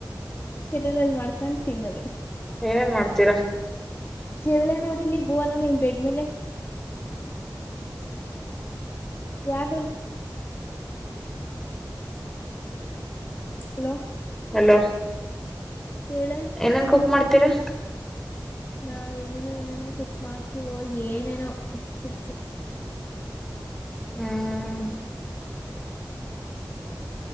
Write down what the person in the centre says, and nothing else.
ಏನೇನ್ ಮಾಡ್ತೀರಾ
ಹಲೋ
ಏನೇನ್ ಕುಕ್ ಮಾಡ್ತೀರಾ
ಹ್ಮ್